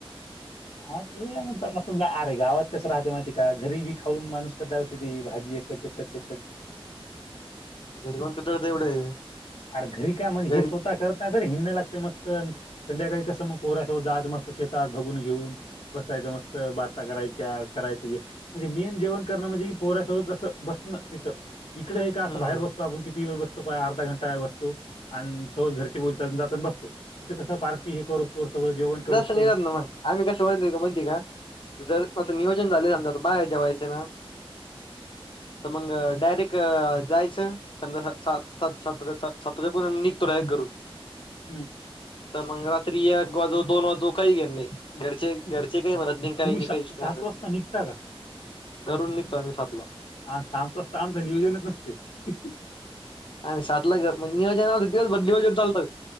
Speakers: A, on the left; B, on the left.
A: हा ते आहे मग तला सुद्धा ताई गावात कसं राहते माहिती का घरी बी खाऊन माणूस कटाळतो बे भाजी एकच एकच एकच
B: घरी कोण कंटाळतं एवढं
A: अर घरी का म्हणजे
B: घरी
A: हे स्वतः करतात हिड लागते मस्त संध्याकाळी कसं मग पोर जा मस् शेतात भघून घेऊन बसायच मस्त बाता करायच्या करायच म्हणजे मेन जेवण कर म्हे की पोऱ्यासोबत अस बसणं तिं इकडे हे का
B: हम्म
A: बाहेर
B: हम्म
A: बसतो आपण किती वेळ बसत <unintelligible> अर्धा घंटा बसतो आणि सोज घरची बोलली जातना बसतो तिथे कस पार्टी हे करू त सगळ जेवण कर <unintelligible>
B: <unintelligible> ना मग आम्ही कस म्हणते म्हणती का जर असं नियोजन झाले समजा तर बाहेर जेवायचं ना
A: <inaudible>
B: तर मग डायरेक्ट जायचं समजा सात स सात सात वाजेपर् निघतो रा <unintelligible> कररून
A: हम्म.
B: तर मग रात्री एक वाजू दोन वाजू काही घेन नाही घरचे घरचे काही म्हणत नाही काही
A: तुम्ही
B: नाही
A: सा
B: काही नाही
A: सात
B: असे
A: वाजता निघता का
B: घरून निघतो आम्ही सातला
A: आम सांत असत आमचं नियोजनच नसते <unintelligible>
B: आणि सातला घर मग नियोजना दिवसभर नियोजन चालतच